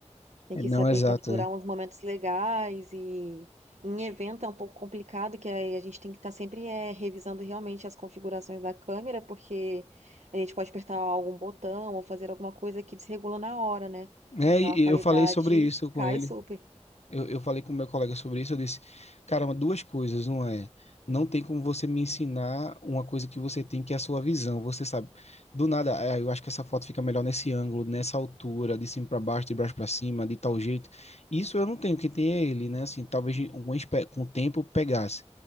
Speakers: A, on the right (about 75°); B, on the left (about 65°).
A: Tem
B: É,
A: que
B: Não,
A: saber
B: exato,
A: capturar
B: é.
A: uns momentos legais e em evento é um pouco complicado, que aí a gente tem que estar sempre é, revisando realmente as configurações da câmera, porque a gente pode apertar algum botão ou fazer alguma coisa que desregula na hora, né?
B: É,
A: Então
B: e
A: a qualidade
B: eu falei sobre isso com
A: cai
B: ele.
A: super.
B: Eu, eu falei com o meu colega sobre isso, eu disse, caramba, duas coisas, não é? Não tem como você me ensinar uma coisa que você tem, que é a sua visão, você sabe. Do nada, "Ah, eu acho que essa foto fica melhor nesse ângulo, nessa altura, de cima para baixo, de baixo para cima, de tal jeito. Isso eu não tenho, quem tem é ele, né? Assim, talvez algum espe- com o tempo pegasse.